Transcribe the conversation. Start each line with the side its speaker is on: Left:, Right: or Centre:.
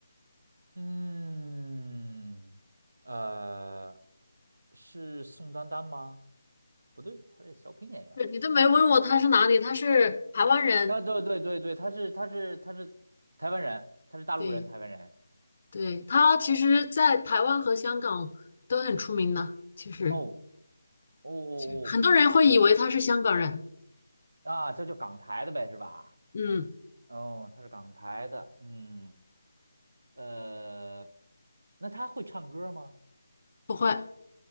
Right: 嗯，呃，是宋丹丹吗？不对，她是小品演员。
Left: 是你都没问我他是哪里，他是台湾人。
Right: 那对对对对，她是她是她是台湾人，她是大陆人，
Left: 对
Right: 台湾人。
Left: 对，他其实，在台湾和香港都很出名的，其实
Right: 哦哦哦
Left: 就很多人会以为他是香港人。
Right: 哦，啊，这就港台的呗，是吧？
Left: 嗯，
Right: 哦，他是港台的，嗯，呃，那他会唱歌吗？
Left: 不会，